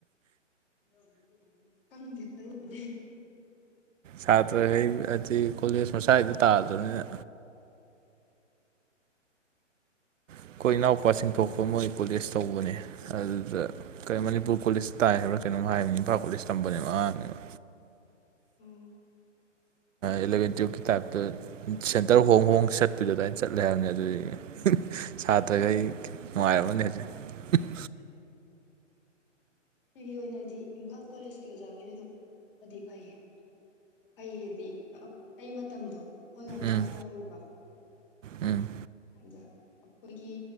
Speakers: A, on the left (about 45°); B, on the right (about 80°).
A: ꯗ
B: ꯁꯥꯇ꯭ꯔ ꯍꯩ ꯍꯥꯏꯗꯤ ꯀꯣꯂꯦꯖ ꯃꯁꯋꯥꯏꯗ ꯇꯥꯗꯕꯅꯤꯅ ꯑꯩꯈꯣꯏ ꯏꯅꯥꯎꯄꯥꯁꯤꯡ ꯊꯣꯛꯄ ꯃꯣꯏ ꯀꯣꯂꯦꯖ ꯇꯧꯕꯅꯦ ꯑꯗꯨꯗ ꯀ ꯃꯅꯤꯄꯨꯔ ꯀꯣꯂꯦꯖ ꯇꯥꯏ ꯍꯥꯏꯕ꯭ꯔꯥ ꯀꯩꯅꯣꯝ ꯍꯥꯏꯕꯅꯤ ꯏꯝꯐꯥꯜ ꯀꯣꯂꯦꯖ ꯇꯝꯕꯅꯦꯕ ꯑꯉꯥꯡꯅꯦꯕ
A: ꯎꯝ
B: ꯏꯂꯦꯚꯦꯟꯇꯤꯨꯕ ꯀꯇꯥꯕꯇ ꯁꯦꯟꯇꯔ ꯍꯣꯡ ꯍꯣꯡ ꯆꯠꯄꯗꯨ ꯑꯗꯨꯏ ꯆꯠꯂꯦ ꯍꯥꯏꯕꯅꯤ ꯑꯗꯨꯗꯤ ꯁꯥꯇ꯭ꯔꯈꯩ ꯅꯨꯡꯉꯥꯏ ꯍꯥꯏꯔꯕꯅꯦ ꯍꯧꯖꯤꯛ <inaudible>
A: ꯎꯝ ꯑꯩꯒꯤ ꯑꯣꯏꯅꯗꯤ ꯏꯝꯐꯥꯜ ꯀꯣꯂꯦꯖꯀꯤ ꯑꯣꯖꯥꯈꯩꯗꯨꯗꯗꯤ ꯐꯩꯌꯦ ꯑꯩꯗꯤ ꯑꯩ ꯃꯇꯝꯗꯣ ꯑꯣꯟꯂꯥꯏꯟ ꯀ꯭ꯂꯥꯁ
B: ꯎꯝ
A: ꯇꯧꯔꯛꯑꯦꯕ
B: ꯎꯝ
A: ꯑꯗ ꯑꯩꯈꯣꯏꯒꯤ